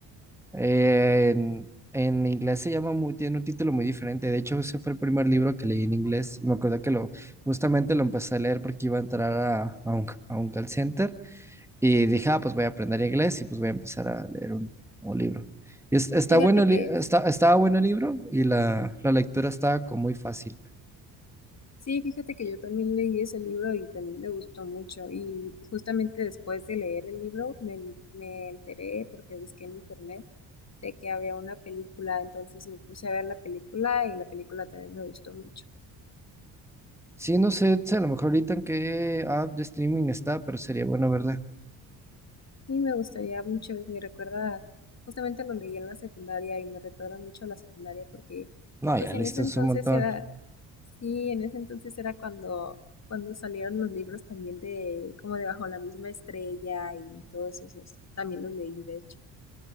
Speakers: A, in the centre; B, on the left (about 30°).
A: Eh, en, en inglés se llama muy, tiene un título muy diferente. De hecho, ese fue el primer libro que leí en inglés. Y me acuerdo que lo, justamente lo empecé a leer porque iba a entrar a, a un, a un call center. Y dije, ah, pues voy a aprender inglés y pues voy a empezar a leer un, un libro. Y es- está
B: Fíjate
A: bueno, el
B: que
A: li- está, estaba bueno el libro y la, la lectura estaba como muy fácil.
B: Sí, fíjate que yo también leí ese libro y también me gustó mucho. Y justamente después de leer el libro me, di- me enteré porque busqué en internet de que había una película, entonces me puse a ver la película y la película también me gustó mucho.
A: Sí, no sé, si a lo mejor ahorita en qué app de streaming está, pero sería bueno verla.
B: Sí, me gustaría mucho, y me recuerda, justamente lo leí en la secundaria y me recuerda mucho a la secundaria porque,
A: No,
B: pues
A: ya listo
B: en ese entonces
A: es un montón.
B: era, sí, en ese entonces era cuando, cuando salieron los libros también de, como de Bajo la misma estrella y todos esos, también los leí de hecho,